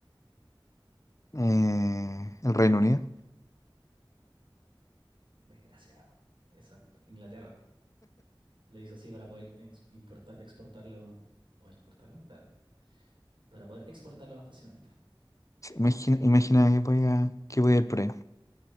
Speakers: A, on the left; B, on the right.
A: Eh, el Reino Unido.
B: Desgraciado. Exacto, Inglaterra. Lo hizo así para poder ex- importar, exportarlo o importarlo, espérate, para poder exportarlo más fácilmente.
A: Sí, Imagina, imagina que podía, que podía ir por ahí.